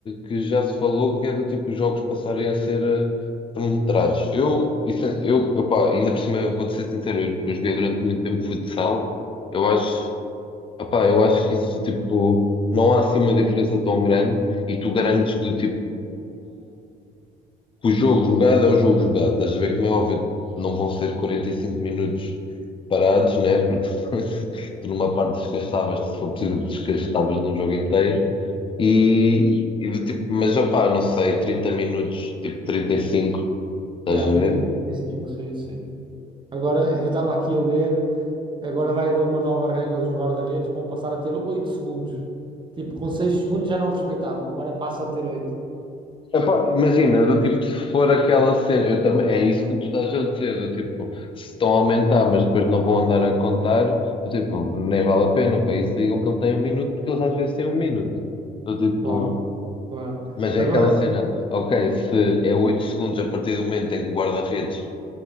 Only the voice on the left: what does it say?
que já se falou, que é do tipo os jogos passarem a ser eh, cronometrados. Eu, isso, é- eu, opa, ainda por cima, vou-te ser sincero, eu, eu joguei durante muito tempo futsal. Eu acho, opa, eu acho que isso, tipo, não há assim uma diferença tão grande e tu garantes que, do tipo, que o jogo jogado é o jogo jogado. Estás a ver como é óbvio, não vão ser 45 minutos parados, né? Porque <laughs> tu numa parte desgastavas, se for possível, desgastavas num jogo inteiro. E, e do tipo, mas opá, não sei, 30 minutos, tipo 35, estás
a
ver?
Epá, imagina, do tipo, se for aquela cena, eu também, é isso que tu estás a dizer, do tipo, se estão a aumentar, mas depois não vão andar a contar, do tipo, nem vale a pena, para isso digam que ele tem um minuto, porque eles às vezes têm um minuto. Do tipo,
Mas é
aquela cena, ok, se é 8 segundos a partir do momento em que o guarda-redes